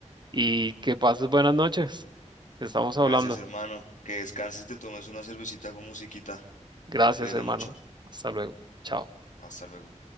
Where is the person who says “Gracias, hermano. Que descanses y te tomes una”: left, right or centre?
Left